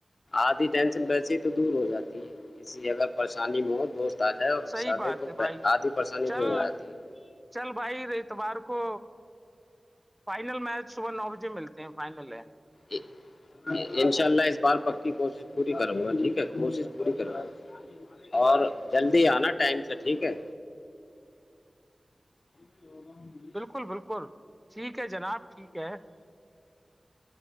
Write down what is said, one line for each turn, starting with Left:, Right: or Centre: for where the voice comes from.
Left: آدھی ٹینشن بییسی تو دور ہو جاتی ہے کسی اگر پریشانی میں ہو دوست تازہ ہے اور ہس
Centre: صحیح بات
Left: دے تو
Centre: ہے بھائی
Left: آدھی پریشانی
Centre: چل
Left: تو ہو آتی ہے
Centre: چل بھائی اتوار کو فائنل میچ صبح نو بجے ملتے ہیں فائنل ہے
Left: ایک انشاء اللہ اس بار پک کی کوشش پوری کروں گا ٹھیک ہے کوشش پوری کروا گا اور جلدی آنا ٹائم سے ٹھیک ہے <inaudible>
Centre: بالکل بالکل ٹھیک ہے جناب ٹھیک ہے